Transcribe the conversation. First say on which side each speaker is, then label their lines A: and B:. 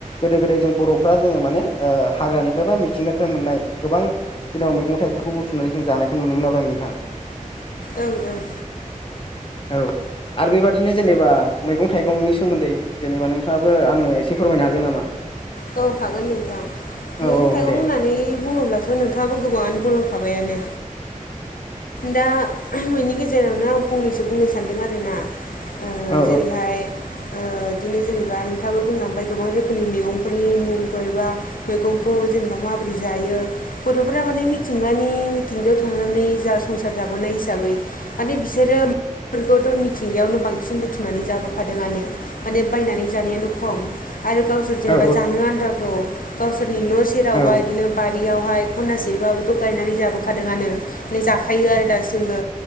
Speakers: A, on the left (about 40°); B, on the left (about 90°).
A: गोदो गोदाय जों बर'फ्रा जोङो माने ओ हाग्रानिफ्राय बा मिथिंगानिफ्राय मोननाय गोबां। दिनाव मैगं थाइगंखौ बुथुमनानै जों जानायखौ नुनो मोनो ब्रा नोंथां।
B: ओं ओं।
A: औ आरो बेबादिनो जेनेबा मैगं थाइगंनि सोमोन्दै जेनेबा नोंथाङाबो आंनो एसे फोरमायनो हागोन नामा?
B: औ हागोन नोंथां,
A: औ
B: मैगं
A: औ
B: थाइगं
A: दे
B: होननानै बुङोब्लाथ' नोंथाङाबो गोबाङानो बुंलां खाबायानो, दा हम बेनि गेजेरावनो आं फंनैसो बुंनो सानो। सानदों आरोना ओ
A: औ
B: जेरैहाय ओ बिदिनो जेनेबा नोंथाङाबो बुंलांबाय गोबां रोखोमनि मेगं नि मुंफोर बा मैगंखौ जेनेबा माबोरै जायो। बर'फोरा माने मिथिंगानि मिथिंगायाव थांनानै जा संसार जाबोनाय हिसाबै। माने बिसोरो फोरखौथ' मिथिंगायावनो बांसिन बुथुनानै जाबो खादोंआनो माने बायनानै जानायानो खम, आरो गावसोर जेनेबा
A: औ
B: जानो आन्थाखौ गावसोरनि न' सेराव
A: औ
B: बा इदिनो बारियावहाय खनासेबाबोथ' गायनानै जाबोखादोंआनो ने जाखायो आरो दासिमबो।